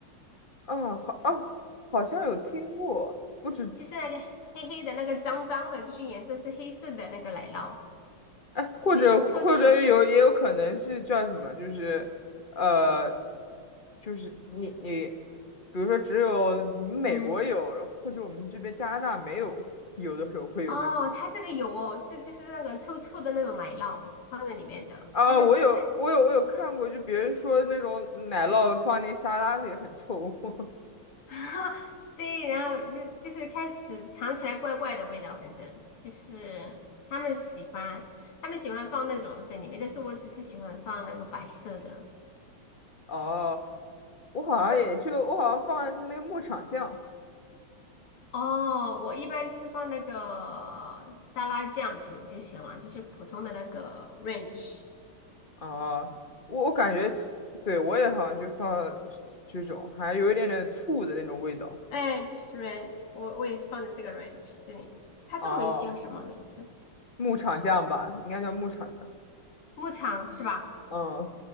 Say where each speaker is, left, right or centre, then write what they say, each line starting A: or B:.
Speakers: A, on the left (about 25°); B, on the left (about 85°).
A: 啊好啊，好像有听过，我只
B: 就是那个黑黑黑的那个脏脏的，就是颜色是黑色的那个奶酪，
A: 哎，或者或者有也有可能是叫什么，
B: 有点臭臭。
A: 就是呃，就是你你，比如说只有你们美国有，
B: 嗯，
A: 或者我们这边加拿大没有，有的时候会有这种。
B: 哦，它这个有哦，这就是那个臭臭的那种奶酪放在里面的，
A: 啊，
B: 他们吃起来，
A: 我有我有我有看过，就比如说那种奶酪放进沙拉里很臭。
B: 嗯，
A: <laughs>
B: <laughs> 对，然后就就是开始尝起来怪怪的味道，反正就是他们喜欢，他们喜欢放那种在里面，但是我只是喜欢放那个白色的。
A: 哦，我好像也就我好像放的是那个牧场酱。
B: 我哦，我一般就是放那个沙拉酱就就行了，就是普通的那个 ranch，
A: 哦，我我感觉是，对，我也好像就放这种，还有一点点醋的那种味道。
B: 哎，就是 ranch，我我也是放的这个 ranch 这里，它中文叫什么名字？
A: 哦。牧场酱吧，应该叫牧场酱。
B: 牧场是吧？
A: 嗯，